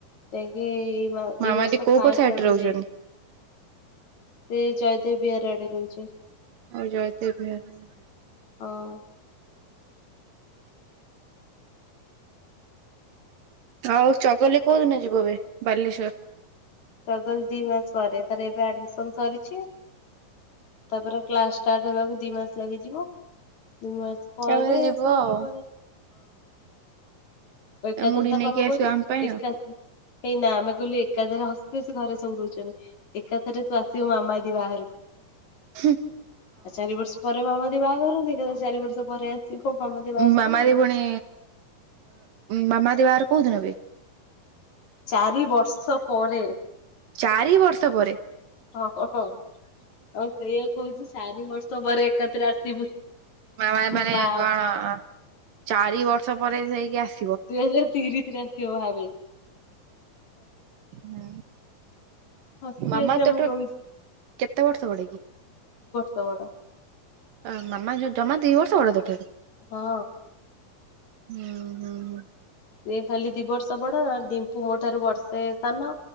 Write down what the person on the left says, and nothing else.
ଯାଇକି ଏଇ
ବର୍ଷ
ଫାଷ୍ଟ
ଆଡ
କୁ ଯାଇ ସେ ଜୟଦେବ ବିହାରୀ ଆଡେ ରହୁଛି।
ହଁ।
ଗଦି ମାସ ପରେ ଏବେ ଆମ ସରିଛି ତାପରେ ଷ୍ଟାର୍ଟ ହେବାକୁ ଦି ମାସ ଲାଗିଯିବ। ଦୁଇ ମାସ ପରେ
ସବୁ
ଯିବା ହଁ। ଏକାଥରେ
ତାକୁ
ଆମେ
କହୁଛେ
ଏକାଥରେ
ହେଇନା ଆମେ କହିଲୁ ଏକାଥରେ ହସି ହସି ଘରେ ସବୁ ରହୁଛନ୍ତି ଏକାଥରେ ତୁ ଆସିବୁ ମାମା ଦି ବାହାରକୁ।
ଆଉ ଚାରି ବର୍ଷ ପରେ ମାମଦୀ ବାହାଘର ସେ ଚାରି ବର୍ଷ ପରେ ଆସିବ କ ମାମଦୀ ବାହାଘର।
ଚାରି ବର୍ଷ ପରେ।
ଓହୋ ହୋ ଆଉ ସେଇଆା କହୁଛି ସାରି ବର୍ଷ ପରେ ଏକାଥରେ ଆସିବୁ।
ବା
ଦୁଇ ହଜାର ତିରିଶ ରା ସେଉ ଭାବ।
ହସି
ହସି
ଆମେ
ରହିଛୁ
ଷୋହଳ।
ହଁ।
ସେ ଖାଲି ଦି ବର୍ଷ ବଡ ଡିମ୍ପୁ ମୋ ଠାରୁ ବର୍ଷେ ସାନ